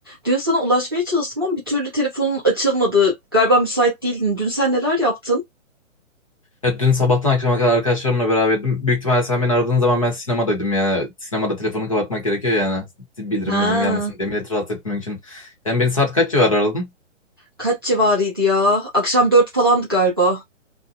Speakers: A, on the right (about 20°); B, on the left (about 25°).
A: Dün sana ulaşmaya çalıştım ama bir türlü telefonun açılmadı. Galiba müsait değildin. Dün sen neler yaptın?
B: Ya dün sabahtan akşama kadar arkadaşlarımla beraberdim. Büyük ihtimalle sen beni aradığın zaman ben sinemadaydım yani. Sinemada telefonu kapatmak gerekiyor yani. Bildirim
A: Ha,
B: bildirim gelmesin diye milleti rahatsız etmemek için. Yani beni saat kaç civarı aradın?
A: kaç civarıydı ya? Akşam dört falandı galiba.